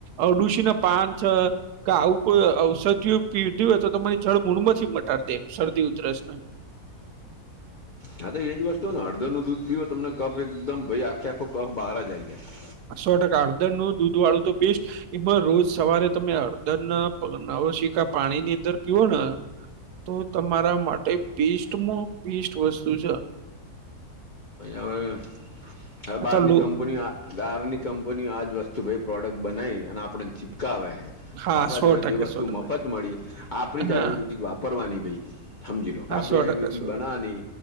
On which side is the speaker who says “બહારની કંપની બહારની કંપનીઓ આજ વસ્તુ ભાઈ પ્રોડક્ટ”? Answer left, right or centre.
Left